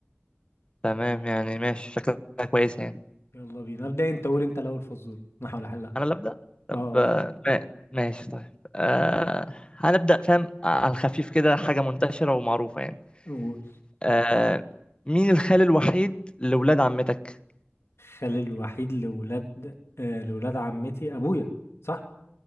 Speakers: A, on the left (about 25°); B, on the left (about 75°).
A: تمام يعني ماشي شكلها كويسه يعني
B: يلا بينا ابدا انت قول انت الاول فزورة انا هحاول احل
A: انا اللي ابدا طب
B: اه
A: آه، ما- ماشي طيب أه هنبدا فاهم آه، على الخفيف كده حاجه منتشره ومعروفه يعني
B: قول
A: أه مين الخال الوحيد لولاد عمتك
B: خالي الوحيد لولاد آه لولاد عمتي ابويا صح